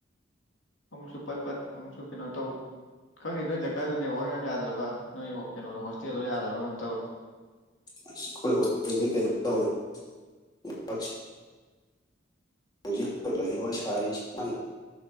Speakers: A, on the left; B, on the left.
A: ꯑꯃꯨꯛꯁꯨ ꯄꯠ ꯄꯠ ꯑꯃꯨꯛꯁꯨ ꯀꯩꯅꯣ ꯇꯧ ꯈꯪꯗꯦ ꯅꯣꯏ ꯂꯩꯀꯥꯏꯗꯣ ꯅꯦꯠꯋꯥꯛ ꯌꯥꯝ ꯌꯥꯗ꯭ꯔꯕ ꯅꯣꯏ ꯀꯩꯅꯣꯗꯣ ꯍꯣꯁꯇꯦꯜꯗꯣ ꯌꯥꯗ꯭ꯔꯕꯒ ꯇꯧꯔꯤ
B: ꯑ ꯑꯩꯈꯣꯏꯦꯜꯗꯤ ꯀꯩꯅꯣ ꯇꯧꯋ <unintelligible> ꯍꯧꯖꯤꯂꯅꯤ ꯋꯥꯔꯤ ꯁꯔ ꯀꯅꯣ